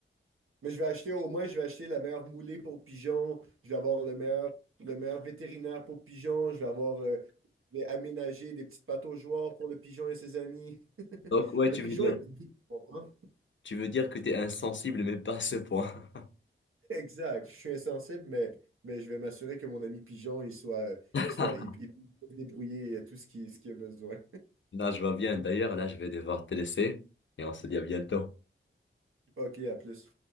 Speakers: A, on the right; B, on the left.
A: Mais je vais acheter au moins, je vais acheter la meilleure moulée pour pigeons, je vais avoir le meilleur, le meilleur vétérinaire pour pigeons, je vais avoir euh, je vais aménager des petites pataugeoires pour le pigeon et ses amis. <laughs>
B: Donc, ouais,
A: Le
B: tu
A: pigeon
B: veux dire,
A: est ma guide, tu comprends?
B: tu veux dire que tu es insensible, mais pas à ce point.
A: <laughs> Exact. Je suis insensible, mais, mais je vais m'assurer que mon ami pigeon, il soit, euh,
B: <laughs>
A: il soit, il, il peut se débrouiller euh, tout ce qui, ce qu'il a besoin.
B: Là, je vois bien. D'ailleurs, là, je vais devoir te laisser et on se dit à bientôt.
A: <laughs> OK, à plus.